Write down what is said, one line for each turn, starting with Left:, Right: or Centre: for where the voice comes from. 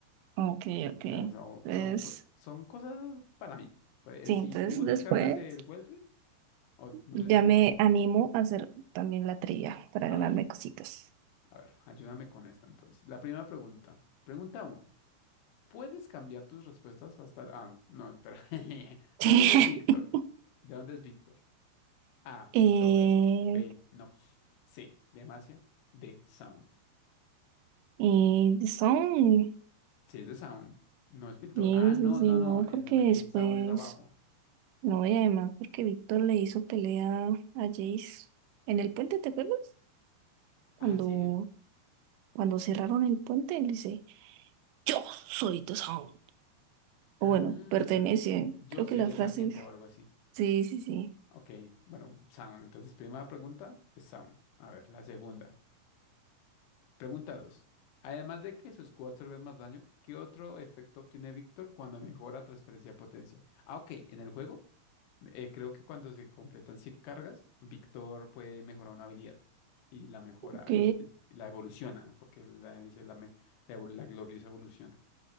Right: Ok, ok.
Left: O sea, son,
Right: Entonces,
Left: son, co- son cosas para mí. entonces
Right: sí, entonces
Left: si tú
Right: después
Left: descargas el Wellread, o no
Right: ya
Left: sé si...
Right: me animo a hacer también la trilla para
Left: A
Right: ganarme
Left: ver,
Right: cositas.
Left: a ver, ayúdame con esta entonces. La primera pregunta. Pregunta uno ¿Puedes cambiar tus respuestas hasta... el- Ah, no, espera. <laughs> ¿De
Right: <laughs>
Left: dónde es Víctor? ¿De dónde es Víctor? A.
Right: Eh,
Left: Piltover. B. Nox. C. Demacia. D. Sound.
Right: y son,
Left: Sí, es de Sound. No es Piltover.
Right: sí,
Left: Ah, no,
Right: sí, sí,
Left: no,
Right: no,
Left: no.
Right: porque
Left: En Arcane
Right: después,
Left: Sound es abajo.
Right: no, y además porque Víctor le hizo pelea a Jace en el puente, ¿te acuerdas? Cuando,
Left: Ah, sí.
Right: cuando cerraron el puente, él dice, yo soy The Sound.
Left: Ah,
Right: O bueno, pertenece,
Left: yo
Right: creo
Left: soy
Right: que la
Left: de
Right: frase,
Left: esa gente o algo así.
Right: sí, sí, sí,
Left: Ok, bueno, Sound. Entonces, primera pregunta es Sound. A ver, la segunda. Pregunta dos. Además de que su escudo absorbe más daño, ¿qué otro efecto obtiene Víctor cuando mejora transferencia de potencia? Ah, ok, en el juego. Eh, creo que cuando se completan 100 cargas, Víctor puede mejorar una habilidad y la mejora
Right: ok.
Left: y l- la evoluciona, porque la, dice la, me- la, evol- la gloriosa evolución.